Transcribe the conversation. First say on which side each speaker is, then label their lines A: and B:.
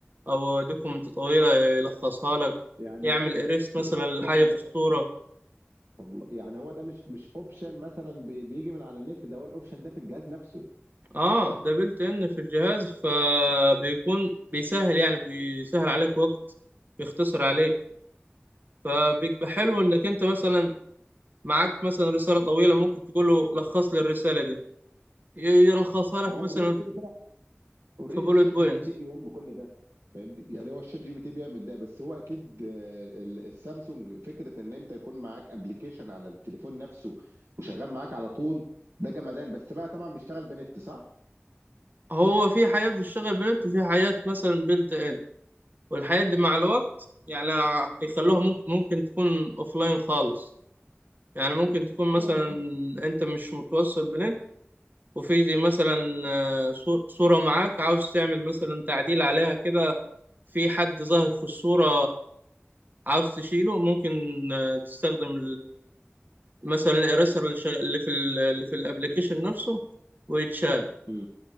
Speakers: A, on the right (about 45°); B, on the right (about 85°).
A: أو دوكومنت طويلة يلخصها لك
B: يعني
A: يعمل
B: ده مش
A: إيريست مثلا
B: مش اوبشن
A: لحاجة في
B: ب...
A: الصورة
B: والله يعني هو ده مش مش اوبشن مثلا بي... بيجي من على النت ده هو الاوبشن ده في الجهاز نفسه
A: اه ده بلت ان في الجهاز فبيكون بيسهل يعني بيسهل عليك وقت بيختصر عليك فبيبقى حلو انك انت مثلا معاك مثلا رسالة طويلة ممكن تقول له لخص لي الرسالة دي ي- يلخصها لك
B: هو اوريدي
A: مثلا
B: كده اوريدي
A: في بولت
B: الشات
A: بوينتس
B: جي بي تي بيقوم بكل ده فاهمني يعني هو الشات جي بي تي بيعمل ده بس هو اكيد آه، ال- السامسونج فكره ان انت يكون معاك ابلكيشن على التليفون نفسه وشغال معاك على طول ده جمدان بس بقى طبعا بيشتغل بنت صح؟
A: هو في حياة بتشتغل بنت وفي حياة مثلا بيلت ان والحياة دي مع الوقت يعني يخلوها ممكن, ممكن تكون لاين خالص يعني ممكن تكون مثلا
B: واو يعني
A: انت مش متوصل بنت وفي دي مثلا آه، صور- صورة معاك عاوز تعمل مثلا تعديل عليها كده في حد ظاهر في الصورة عاوز تشيله ممكن آه، تستخدم مثلا الايريسر اللي شا- اللي في ال- اللي في الابلكيشن نفسه ويتشال
B: مم.